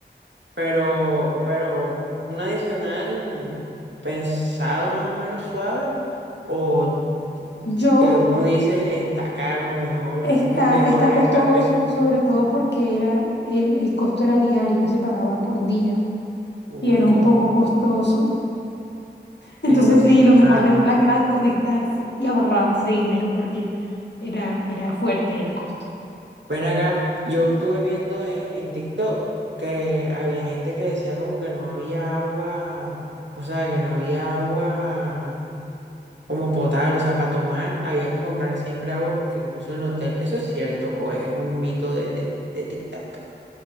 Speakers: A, on the right; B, on the left.
A: pero, pero un adicional pensado más o menos suave o
B: Yo
A: que uno dice está caro, mejor
B: Está,
A: <laughs> desconéctate.
B: está costoso, sobre todo porque era el, el costo era diario, se pagaba por día
A: Uy,
B: y era
A: ¿cómo?
B: un poco costoso. Entonces
A: Entonces,
B: sí, lo
A: claro.
B: mejor del plan era desconectarse y ahorrar ese dinero porque era, era fuerte el costo.
A: Ven acá, yo estuve viendo en, en TikTok que había gente que decía como que no había agua, o sea, que no había agua como potable, o sea, para tomar había que comprar siempre agua porque incluso en el hotel, ¿eso es cierto o es un mito de, de, de TikTok?